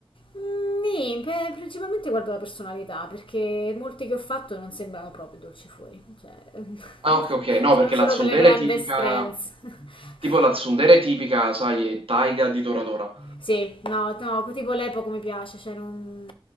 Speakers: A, on the left; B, on the right.
A: Mm, Mi, beh, principalmente guardo la personalità, perché molti che ho fatto non sembrano proprio dolci fuori, cioè, <laughs>
B: Ah, ok, ok, no,
A: sono
B: perché
A: solo
B: la tsundere
A: quelle grandi
B: è tipica,
A: strengths. <laughs>
B: tipo la tsundere è tipica, sai, è Taiga di Toradora.
A: Sì, no, no, tipo l'epoca mi piace, cioè non...